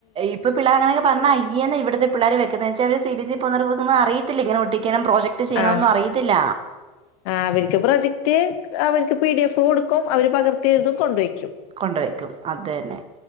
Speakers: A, on the right (about 30°); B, on the left (about 70°).
A: ഇപ്പ പിള്ള പറഞ്ഞ അയ്യന്ന ഇവിടത്തെ പിളേ വെക്കു പക്ഷേ അവർ സി ബി സി പുനർവ്ക്കന അറിയില്ലങ്ങനെ ഒട്ടിക്കണം പ്രോജക്ട് ചെയ്യണമന്നും
B: ആഹ്
A: അറയിത്തില്ല.
B: ആ അവർക്ക് പ്രൊജക്റ്റ് അവർക്ക് പി ഡി എഫ് കൊടുക്കും അവര് പകർത്തിഴുതും കൊണ്ട് വയ്ക്കും.
A: കൊണ്ട് വയ്ക്കും അതന്നെ